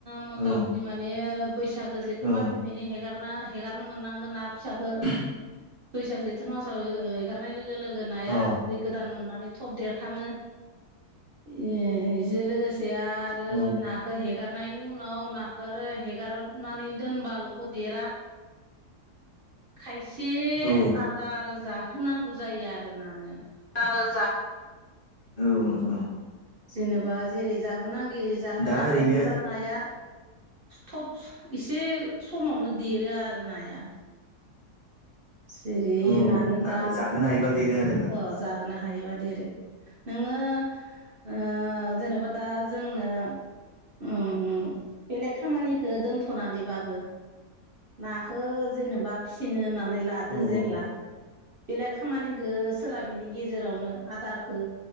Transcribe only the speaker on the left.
औ
औ
<inaudible>
अ
औ
औ
<unintelligible> औ नोंथां।
दा ओरैनो
औ
ना
जाहोनो हायोबा देरो आरोना
औ
औ